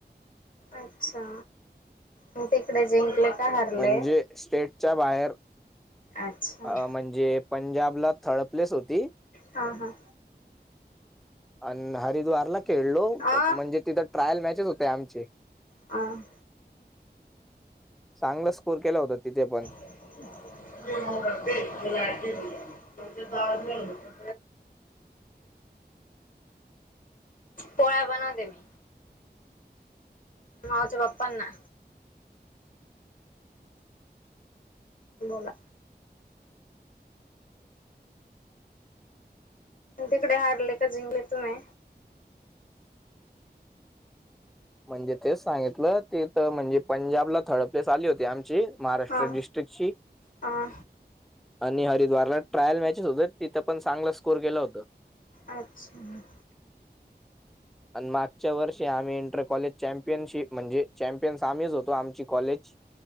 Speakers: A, on the left; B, in the centre.
A: अच्छा म तिकडे जिंकले. का हारले
B: म्हणजे स्टेटच्या बाहेर
A: अच्छा
B: अ म्हणजे पंजाबला थर्ड प्लेस होती.
A: हा
B: अन हरिद्वारला खेळलो
A: हा
B: म्हणजे तिथं ट्रायल मॅचेच होते आमचे.
A: हां.
B: चांगला स्कोर केला होता तिथे पण.
A: <unintelligible> पोळ्या बनवते मी, मावच्या बाप्पांना. बोला. तिकडे हारले का जिंकले तुम्ही?
B: म्हणजे तेच सांगितलं तिथ म्हणजे पंजाबला थर्ड प्लेस आली होती आमची. महाराष्ट्र
A: हा
B: डिस्ट्रिकची.
A: हा
B: आणि हरिद्वारला ट्रायल मॅचेस होते तिथं पण चांगलं स्कोअर केलं होतं.
A: अच्छा.
B: आणि मागच्या वर्षी आम्ही इंटर कॉलेज चॅम्पियनशिप म्हणजे चॅम्पियनस आम्हीच होतो आमची कॉलेज. <inaudible>